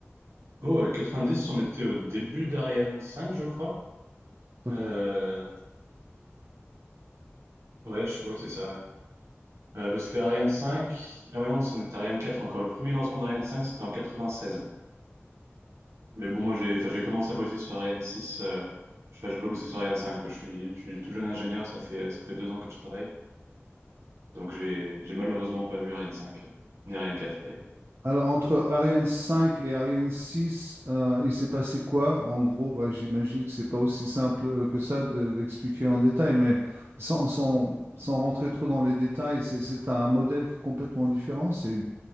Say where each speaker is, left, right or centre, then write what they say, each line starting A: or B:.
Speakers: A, on the right (about 80°); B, on the right (about 55°).
A: Oh, euh, 90, on était au début d'Ariane 5, je crois.
B: Donc,
A: Euh, Ouais, je crois que c'est ça, ouais. Euh, parce que Ariane 5... Ah ouais, non, on était à Ariane 4 encore. Le premier lancement d'Ariane 5, c'était en 96. Mais bon, moi, j'ai enfin, j'ai commencé à bosser sur Ariane 6. Euh... Enfin, j'ai pas bossé sur Ariane cinq. quoi. Je suis, je suis tout jeune ingénieur, ça fait, ça fait deux ans que je travaille. Donc, j'ai j'ai malheureusement pas vu Ariane 5 euh, ni Ariane 4, d'ailleurs.
B: Alors, entre Ariane cinq et Ariane six, euh, il s'est passé quoi? En gros, bah, j'imagine que c'est pas aussi simple euh, que ça de- d'expliquer en détail, mais sans, sans- sans rentrer trop dans les détails, c'est c'est un modèle qui est complètement différent. C'est une,